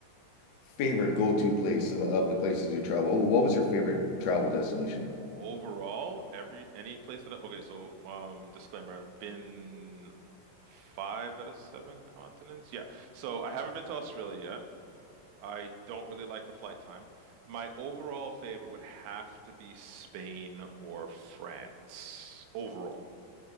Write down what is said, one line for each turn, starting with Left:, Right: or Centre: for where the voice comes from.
Left: favorite go-to place of, of the places you travel? What was your favorite travel destination?
Right: Overall, every any place that I, okay, so um disclaimer, I've been five out of seven continents. Yeah. So I haven't been to Australia yet. I don't really like the flight time. My overall favorite would have to be Spain or France overall.